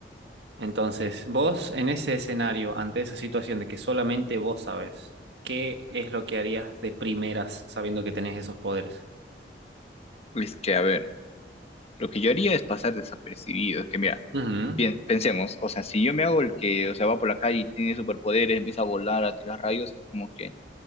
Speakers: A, on the right; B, on the left.
A: Entonces, vos en ese escenario, ante esa situación de que solamente vos sabes, ¿qué es lo que harías de primeras sabiendo que tenés esos poderes?
B: Es que, a ver, lo que yo haría es pasar desapercibido. Es que, mira,
A: Ujú,
B: pien- pensemos, o sea, si yo me hago el que, o sea, va por la calle y tiene superpoderes, empieza a volar, a tirar rayos, es como que